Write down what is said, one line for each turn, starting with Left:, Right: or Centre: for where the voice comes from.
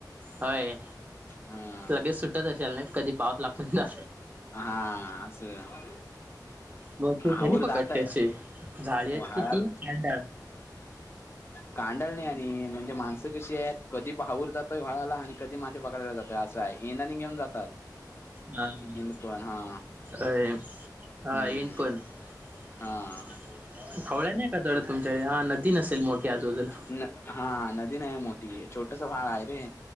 Right: होय
Left: हा
Right: लगेच सुट् टत असेल नाही, कधी पाऊस लागतोय तिला.
Left: हा असं.
Right: मग तू त्यानी
Left: आवर
Right: पकडते
Left: जातंय
Right: असे झाळी आहेत
Left: माळाला
Right: किती कांडा
Left: कांडळ नाही आणि म्हणजे माणसं कशी आहेत, कधी फवारतात व्हळाला आणि कधी मासे पकडयला जाताय, असं हाय. हेना आणि घेऊन जातात.
Right: हा हा,
Left: इंद पण हा
Right: अय हा
Left: हम्म
Right: <unintelligible>
Left: हा
Right: खवळ्या नाही का दडं तुमच्या, हा नदी नसेल मोठी आजूबाजूला.
Left: न हा नदी नाही मोठी, आहे छोटसं व्हाळ आहे रे.